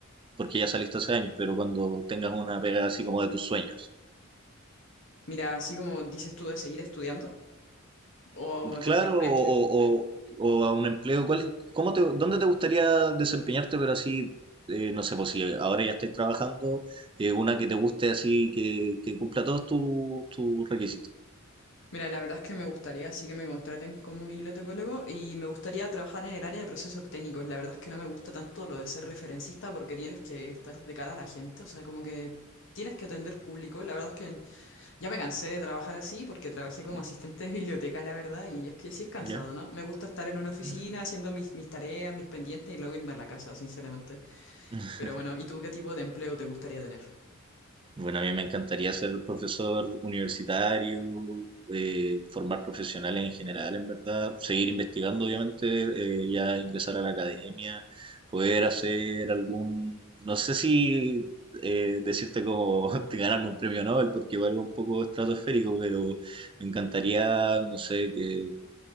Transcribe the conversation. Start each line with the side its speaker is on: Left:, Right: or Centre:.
Right: porque ya saliste hace años, pero cuando tengas una pega así como de tus sueños.
Left: mira, así como dices tú de seguir estudiando, ¿o te
Right: Claro,
Left: refieres a
Right: o,
Left: empleo?
Right: o- o- o a un empleo, ¿cuál, cómo te, dónde te gustaría desempeñarte, pero así, eh, no sé, pues si ahora ya estáis trabajando, eh, una que te guste así, que, que cumpla todos tus tus requisitos?
Left: Mira, la verdad es que me gustaría, sí que me contraten como bibliotecólogo y me gustaría trabajar en el área de procesos técnicos. La verdad es que no me gusta tanto lo de ser referencista porque tienes que estar de cara a la gente, o sea, como que tienes que atender público. La verdad es que ya me cansé de trabajar así porque trabajé
Right: Mm,
Left: como asistente de biblioteca, la verdad, y es que sí es cansado,
Right: ¿Ya?
Left: ¿no? Me gusta estar en una oficina
Right: Mm.
Left: haciendo mis, mis tareas, mis pendientes y luego irme a la casa, sinceramente.
Right: <laughs>
Left: Pero bueno, ¿y tú qué tipo de empleo te gustaría tener?
Right: Bueno, a mí me encantaría ser profesor universitario, eh, formar profesionales en general, en verdad, seguir investigando, obviamente, eh, ya ingresar a la academia, poder hacer algún, no sé si eh, decirte como <laughs> ganarme un premio Nobel, porque igual es un poco estratosférico, pero me encantaría, no sé, que